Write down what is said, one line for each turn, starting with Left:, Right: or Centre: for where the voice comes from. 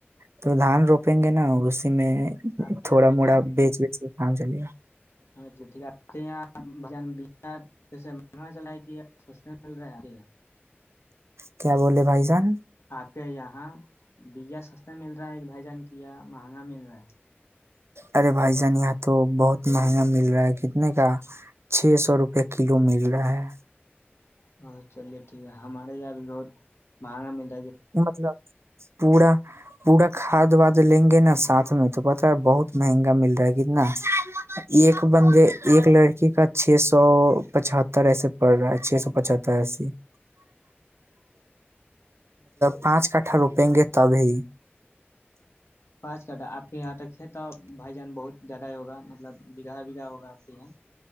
Right: تو دھان روپیں گے نا اس سے
Left: آپ کے
Right: تھوڑا
Left: یہاں بہار
Right: موڑا بیچ بیچ کے کام چلے گا
Left: ہاں ٹھیک آپ کے یہاں کیسے مہنگا چل کہ سس میں مل رہا ہے آپ
Right: کیا بولے بھائی جان
Left: آپ کے یہاں بیا سستا مل رہا ہے ایک بھائی جان کیا یہ مہنگا مل رہا ہے
Right: ارے بائی جان یہاں تو بہت مہنگا مل رہا ہے کتنے کا چھ سو روپے کلو مل رہا ہے
Left: ب چلیے ٹھیک ہے ہمارے یہ بھی بہت مہنگا ملتا
Right: مطلب پورا پورا کھاد واد لیں گے نا ساتھ میں تو پت ہے بہت مہنگا مل رہا ہے کتنا ایک بندے ایک لڑکی کا چھ سو پچہتر ایسے پڑ رہا ہے چھ سو پچتر ایسے <inaudible> پانچ کٹھا روپیں گے تبھی
Left: پانچ کنٹا آپ کے یہاں تک ہے تو بھائی جان بہت زیادہ ہی ہوگا مطلب بگھا بگھا ہوگا آپ کے یہاں